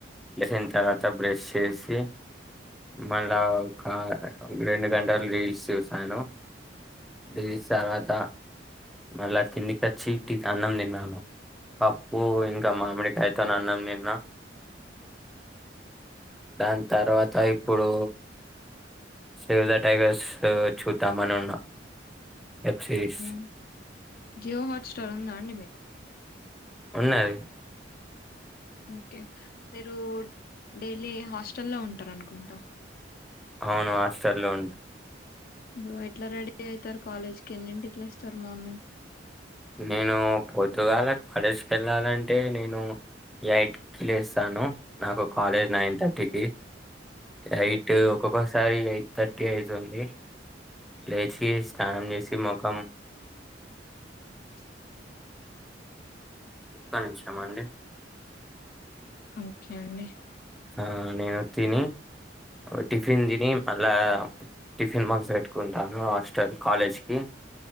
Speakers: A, in the centre; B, on the left.
A: లేసిన్ తర్వాత బ్రెస్స్ ఎసి మళ్ళా ఒక రెండు గంటలు రీల్స్ చూసాను జ తర్వాత మళ్ళ కిందికచ్చి అన్నం తిన్నాను పప్పు ఇంకా మామిడికాయతోన అన్నాం తిన్న దాని తర్వాత ఇప్పుడు సేవద టైగర్స్ చూద్దాం అని ఉన్నా వెబ్ సిరీస్
B: ఆ జియో హాట్స్టార్ ఉందా అండి మీకు?
A: ఉన్నది
B: ఓకే మీరు డైలీ హాస్టల్ల్లో ఉంటార అనుకుంటా
A: అవును ఆస్టర్లు ఉండు
B: మీరు ఎట్లా రెడీ అవుతారు కాలేజ్కి, ఎన్నింటికి లేస్తారు మార్నింగ్?
A: నేను పొద్దుగాల పడేసి వెళ్ళాలంటే నేను ఎయిట్ కి లేస్తాను నాకు కాలేజ్ నైన్ థర్టీకి ఎయిట్
B: ఓకే
A: ఒక్కొక్కసారి ఎయిట్ థర్ టి అయితుంది లేచి స్నానం చేసి ముఖం
B: <inaudible>
A: ఆ చూసాం అండి
B: ఓకే అండి
A: ఆ నేను తిని టిఫిన్ తిని మళ్ళా టిఫిన్ బక్స్ పెట్టుకుంటాను హాస్టల్ కాలేజ్ కి